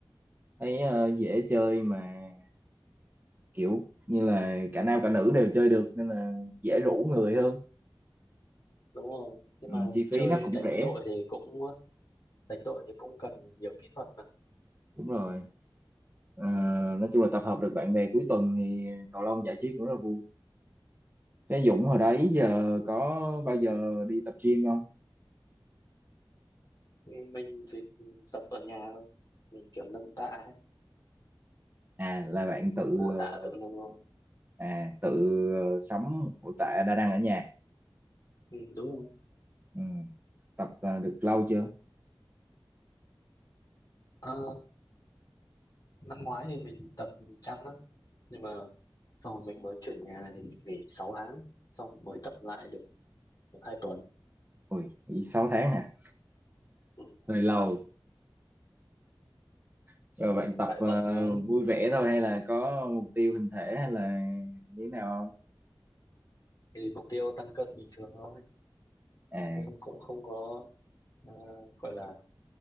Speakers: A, on the right (about 20°); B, on the left (about 45°).
A: thấy ờ, dễ chơi mà kiểu như là cả nam cả nữ đều chơi được nên là dễ rủ người hơn
B: đúng rồi nhưng
A: ừ,
B: mà
A: chi phí
B: chơi
A: nó cũng
B: đánh
A: rẻ
B: đội thì cũng đánh đội thì cũng cần nhiều kỹ thuật mà
A: đúng rồi Ờ, nói chung là tập hợp được bạn bè cuối tuần thì cầu lông giải trí cũng rất là vui thế Dũng
B: Ừ.
A: hồi đấy giờ có bao giờ đi tập gym không
B: mình thì tập ở nhà thôi mình kiểu nâng tạ ấy
A: à là bạn tự
B: Cứ vô
A: ờ,
B: tạ tự nâng thôi
A: à tự ờ, sắm một bộ tạ đa năng ở nhà
B: ừ, đúng rồi
A: ừ. tập ờ, được lâu chưa
B: Ờ, năm ngoái thì mình tập chăm lắm nhưng mà sau mình mới chuyển nhà thì mình nghỉ 6 tháng xong mới tập lại được hai tuần
A: ui nghĩ 6 tháng hả
B: ừ,
A: hơi lâu Rồi bạn tập
B: tại
A: ờ,
B: bận rồi
A: vui vẻ thôi hay là có mục tiêu hình thể hay là như thế nào không?
B: thì mục tiêu tăng cân bình thường thôi
A: À,
B: chứ cũng không có ờ, gọi là